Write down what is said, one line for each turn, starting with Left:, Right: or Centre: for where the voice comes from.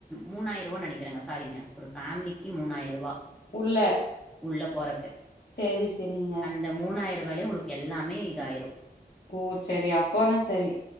Centre: மூணாயிர ரூவானு நெனைக்கிறேங்க சாரீங்க ஒரு ஃபேமிலிக்கு மூணாயிர ரூவா
Left: உள்ள
Centre: உள்ள போறக்கு
Left: சேரி சேரிங்க
Centre: இந்த மூணாயிர ரூபாயிலே உங்களுக்கு எல்லாமே இத ஆயிரு
Left: ம் சேரி அப்பனா சேரி